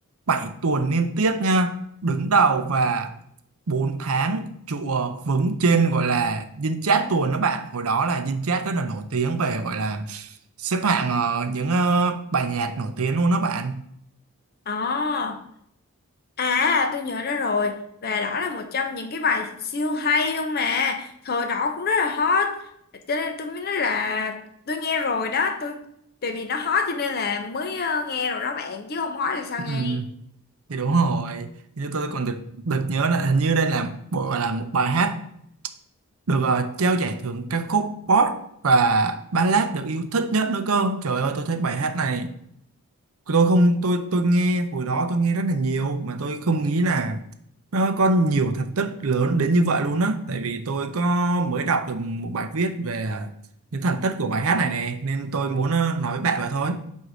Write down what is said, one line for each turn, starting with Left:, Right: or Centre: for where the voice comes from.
Right: 7 tuần liên tiếp nha Đứng đầu và 4 tháng trụ vững trên gọi là dinh chat tuần đó bạn Hồi đó là dinh chat rất là nổi tiếng về gọi là xếp hạng ờ, những ờ, bài nhạc nổi tiếng luôn đó bạn
Left: À, à tôi nhớ ra rồi và đó là một trong những cái bài siêu hay luôn mà, thời đó cũng rất là hot, cho nên tôi mới nói là tôi nghe rồi đó, tôi tại vì nó hot cho nên là mới ờ, nghe rồi đó bạn chứ không hot thì sao
Right: ừ.
Left: nghe?
Right: thì đúng rồi như tôi còn được được nhớ là hình như đây là bộ là một bài hát được ờ, trao giải thưởng ca khúc pop và ballad được yêu thích nhất nữa cơ trời ơi tôi thấy bài hát này tôi không tôi tôi nghe hồi đó tôi nghe rất là nhiều mà tôi không nghĩ là nó có nhiều thành tích lớn đến như vậy luôn á tại vì tôi có mới đọc được một bài viết về ờ, những thành tích của bài hát này nè nên tôi muốn ờ, nói với bạn vậy thôi